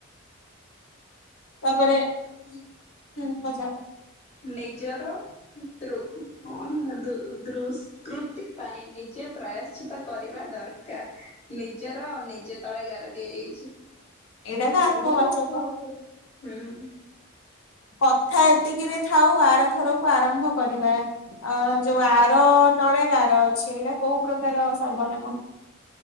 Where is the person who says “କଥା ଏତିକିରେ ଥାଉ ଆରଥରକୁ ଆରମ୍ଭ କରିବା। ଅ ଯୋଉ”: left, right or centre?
Left